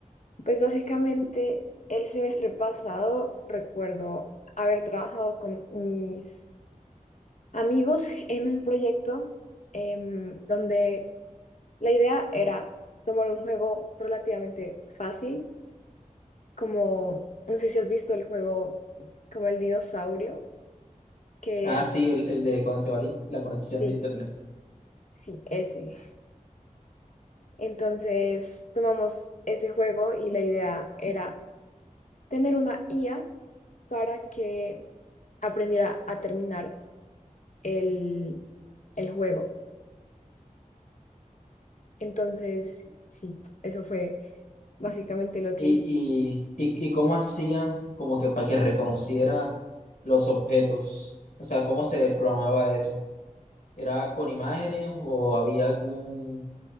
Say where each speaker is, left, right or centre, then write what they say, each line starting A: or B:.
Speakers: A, on the left; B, on the left.
A: pues básicamente el semestre pasado recuerdo haber trabajado con mis amigos en un proyecto em, donde La idea era tomar un juego relativamente fácil, como, no sé si has visto el juego como el dinosaurio, que...
B: Ah,
A: ap-
B: sí, el, el de cuando se va la in- la conexión
A: Sí,
B: de internet.
A: sí, ese. Entonces tomamos ese juego y la idea era tener una IA para que aprendiera a terminar el, el juego. Entonces, sí, eso fue básicamente lo
B: Y,
A: que hice.
B: y, y, y cómo hacían como que para que reconociera los objetos. O sea, ¿cómo se programaba eso? ¿Era con imágenes o había algún